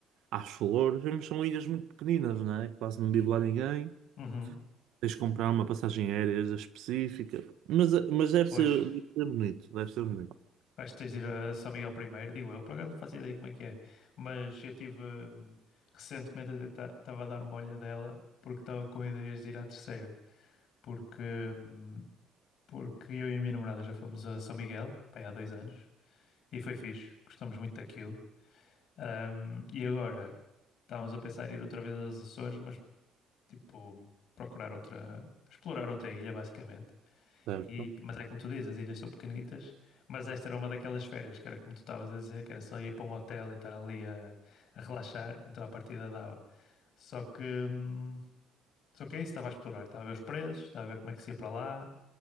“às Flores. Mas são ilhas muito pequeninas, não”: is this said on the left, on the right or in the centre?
Right